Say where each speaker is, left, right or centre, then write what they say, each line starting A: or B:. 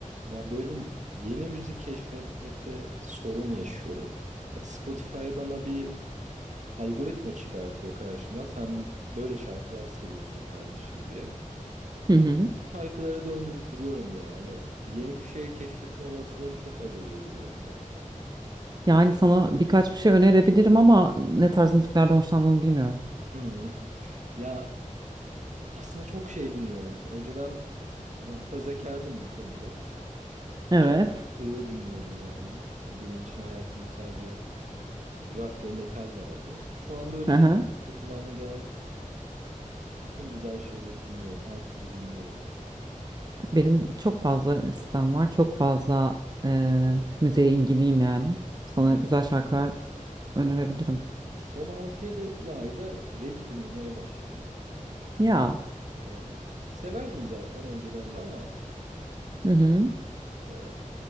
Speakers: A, on the right; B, on the right.
A: Ya böyle yeni müzik keşfetmekte sorun yaşıyorum. Yani Spotify bana bir algoritma çıkartıyor karşıma. Sen böyle şarkılar seviyorsun kardeşim diye.
B: Hı hı.
A: şarkılara döndürüp duruyorum yani. Hani yeni bir şey keşfetme olasılığım çok azalıyor bu durumda.
B: Yani sana birkaç bir şey önerebilirim ama ne tarz müziklerden hoşlandığını bilmiyorum.
A: Hmm. <laughs> Ya aslında çok şey dinliyorum. Önceden muhafazakardım bu konuda.
B: Evet.
A: Çok sığ dinliyordum yani. Hani benim için hayatımda sadece rock ve metal vardı. Şu anda öyle
B: Hı hı.
A: değil. Şu anda Kulağıma gelen bütün güzel şeyleri dinliyorum. Her türü dinliyorum.
B: Benim çok fazla listem var. Çok fazla eee müziğe ilgiliyim yani. Sana
A: Ne?
B: güzel şarkılar önerebilirim.
A: Son 6-7 ayda reggae dinlemeye başladım. Yani
B: Ya.
A: e, severdim zaten önceden de ama
B: Hı hı.
A: e,